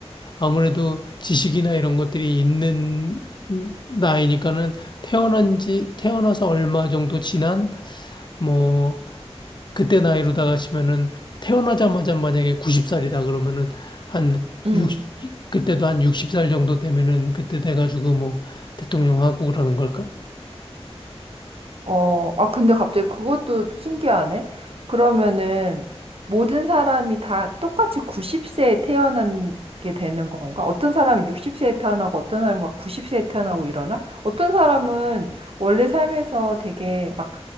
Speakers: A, on the left (about 45°); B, on the right (about 60°).
A: 아무래도 지식이나 이런 것들이 있는 나이니까는 태어난 지 태어나서 얼마 정도 지난 뭐 그때 나이로다가 치면은 태어나자마자 만약에 90살이다 그러면은 한
B: 응.
A: 60, 그때도 한 60살 정도 되면은 그때 돼가지고 뭐 대통령 하고 그러는 걸까?
B: 어, 아, 근데 갑자기 그것도 신기하네. 그러면은 모든 사람이 다 똑같이 90세에 태어나게 되는 건가? 어떤 사람은 60세에 태어나고 어떤 사람은 막 90세에 태어나고 이러나? 어떤 사람은 원래 삶에서 되게 막